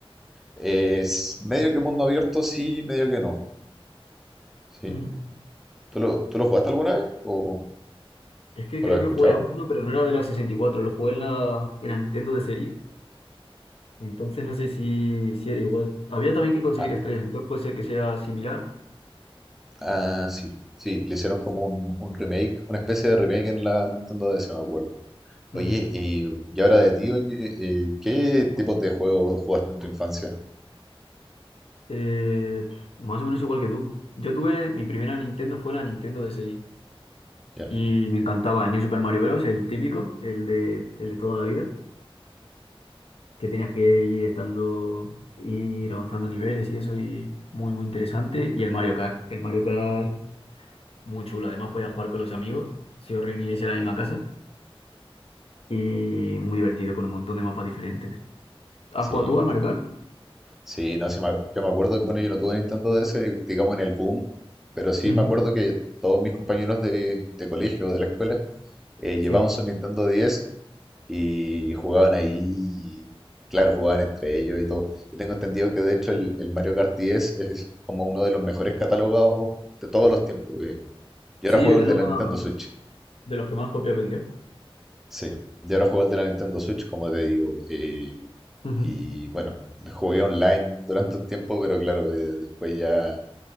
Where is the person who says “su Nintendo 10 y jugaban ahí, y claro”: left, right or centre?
Centre